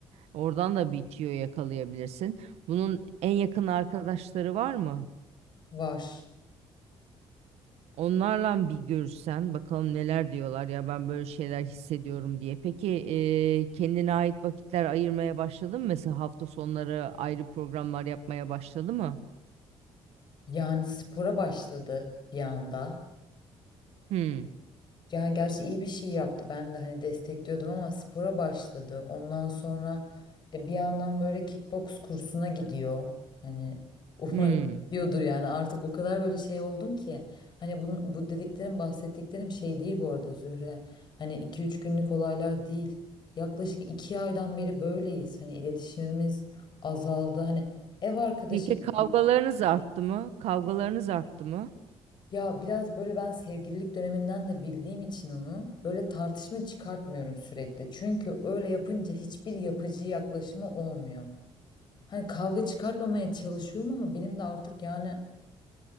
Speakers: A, on the right; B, on the left.
A: oradan da bir tüyo yakalayabilirsin. Bunun en yakın arkadaşları var mı?
B: Var.
A: Onlarla bir görüşsen bakalım neler diyorlar ya ben böyle şeyler hissediyorum diye. Peki eee, kendine ait vakitler ayırmaya başladın mı? Mesela hafta sonları ayrı programlar yapmaya başladı mı?
B: Yani spora başladı bir anda.
A: Hmm.
B: Yani gerçi iyi bir şey yaptı. Ben de hani destekliyordum ama spora başladı. Ondan sonra e, bir yandan böyle kickbox kursuna gidiyor. Hani <laughs> umarım
A: Hmm.
B: diyordur yani artık o kadar böyle şey oldum ki. Hani bu, bu dediklerim bahsettiklerim şey değil bu arada Zühre. Hani iki üç günlük olaylar değil. Yaklaşık 2 aydan beri böyleyiz. Hani iletişimimiz azaldı. Hani ev arkadaşı
A: Peki
B: gibiyiz.
A: kavgalarınız arttı mı? Kavgalarınız arttı mı?
B: Ya biraz böyle ben sevgililik döneminden de bildiğim için onu böyle tartışma çıkartmıyorum sürekli. Çünkü öyle yapınca hiçbir yapıcı yaklaşımı olmuyor. Hani kavga çıkartmamaya çalışıyorum ama benim de artık yani